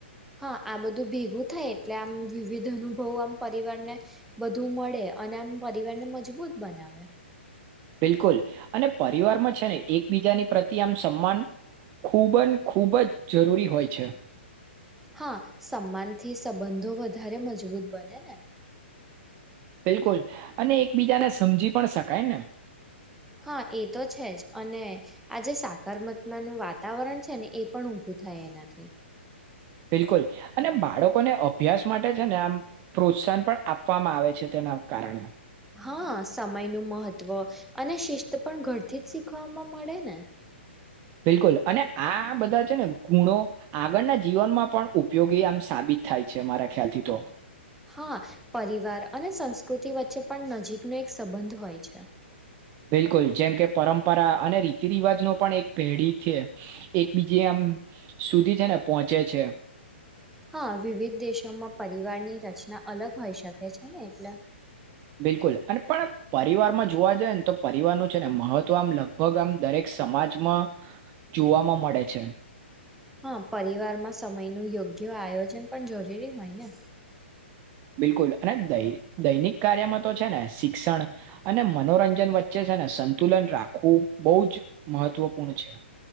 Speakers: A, in the centre; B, on the right.
A: હા આ બધું ભેગું થાય એટલે આમ વિવિધ અનુભવો આમ પરિવારને વધું મળે અને આમ પરિવારને મજબૂત બનાવે
B: બિલકુલ અને પરિવારમાં છે ને એકબીજાની પ્રતિ આમ સન્માન ખૂબ જ ખૂબ જ જરૂરી હોય છે
A: હા સન્માનથી સંબંધો વધારે મજબૂત બને ને
B: બિલકુલ અને એકબીજાને સમજી પણ શકાય ને
A: હા એ તો છે જ અને આજે સા કર્મત્માનું વાતાવરણ છે ને એ પણ ઊભું થાય એનાથી
B: બિલકુલ અને બાળકોને અભ્યાસ માટે છે ને આમ પ્રોત્સાહન પણ આપવામાં આવે છે તેના કારણે
A: હા સમયનું મહત્વ અને શિસ્ત પણ ઘરથી જ શીખવામાં મળે ને
B: બિલકુલ અને આ બધા છે ને ગુણો આગળના જીવનમાં પણ ઉપયોગી આમ સાબિત થાય છે મારા ખ્યાલથી તો
A: હા પરિવાર અને સંસ્કૃતિ વચ્ચે પણ નજીકનો એક સંબંધ હોય છે
B: બિલકુલ જેમ કે પરંપરા અને રીતિ રિવાજ ન પણ એક પેઢી છે એકબીજ આમ સુધી છે ને પહોંચે છે
A: હા વિવિધ દેશોમાં પરિવારની રચના અલગ હોય શકે છે ને એટલે
B: બિલકુલ અને પણ પરિવારમાં જોવા જાય ને તો પરિવારનું છે ને મહત્વ આમ લગભગ આમ દરેક સમાજમાં જોવાવામાં મળે છે
A: હા પરિવાર માં સમય નું યોગ્ય આયોજન પણ જરૂરી હોય ને
B: બિલકુલ અને દૈનિક કાર્યમાં તો છે ને શિક્ષણ અને મનોરંજન વચ્ચે છે ને સંતુલન રાખવું બહુ જ મહત્વપૂર્ણ છે